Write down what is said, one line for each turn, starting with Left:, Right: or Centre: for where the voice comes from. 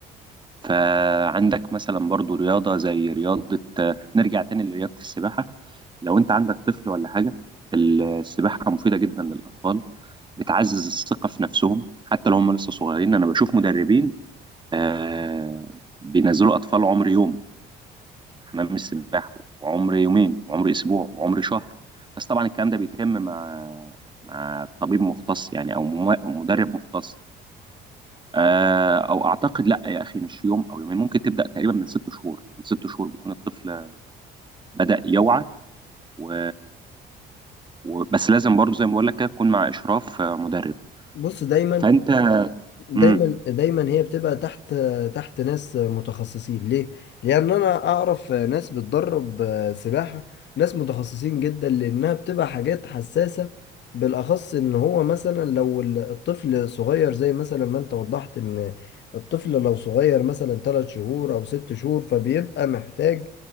Right: فعندك مثلا برضو رياضة زي رياضة آه، نرجع تاني لرياضة السباحة لو انت عندك طفل ولا حاجة السباحة مفيدة جدا للأطفال بتعزز الثقة في نفسهم حتى لو هم لسه صغيرين أنا بشوف مدربين آه بينزلوا أطفال عمر يوم حمام السباحة وعمر يومين وعمر أسبوع وعمر شهر بس طبعا الكلام ده بيتم مع مع طبيب مختص يعني أو مم- أو مدرب مختص آه، او اعتقد لا يا اخي مش يوم او يومين ممكن تبدا تقريبا من ست شهور من ست شهور بيكون الطفل بدا يوعى و... و... بس لازم برضو زي ما بقول لك كده تكون مع اشراف آه، مدرب
Left: بص دايما
Right: فانت
Left: دايما
Right: مم.
Left: دايما هي بتبقى تحت تحت ناس متخصصين ليه؟ لأن أنا أعرف ناس بتدرب سباحة ناس متخصصين جدا لأنها بتبقى حاجات حساسة بالأخص إن هو مثلا لو ال- الطفل صغير زي مثلا ما أنت وضحت إن الطفل لو صغير مثلا تلات شهور أو ست شهور فبيبقى محتاج